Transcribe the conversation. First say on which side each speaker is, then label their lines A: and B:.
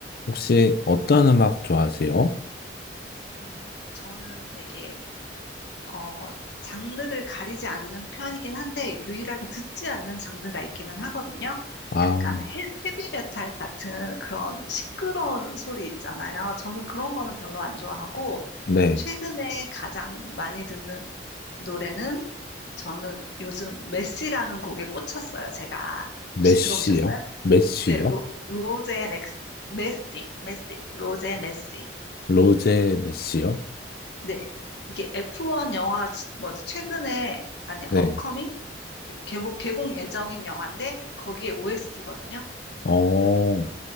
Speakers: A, on the left (about 55°); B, on the left (about 65°).
A: 혹시 어떤 음악 좋아하세요?
B: 음, 저는 되게, 어, 장르를 가리지 않는 편이긴 한데, 유일하게 듣지 않는 장르가 있기는 하거든요.
A: 아,
B: 약간 헤, 헤비메탈 같은 그런 시끄러운 소리 있잖아요. 저는 그런 거는 별로 안 좋아하고,
A: 네.
B: 최근에 가장 많이 듣는 노래는, 저는 요즘 메시라는 곡에 꽂혔어요, 제가.
A: 메시요?
B: 혹시 들어보셨어요?
A: 메시요?
B: 네, 로, 로제 맥스, 메시, 메시, 로제 메시.
A: 로제 메시요?
B: 네. 이게 F1 영화, 뭐지, 최근에, 아니,
A: 네.
B: 업커밍? 개봉, 개봉 예정인 영화인데, 거기에 OST거든요.
A: 어,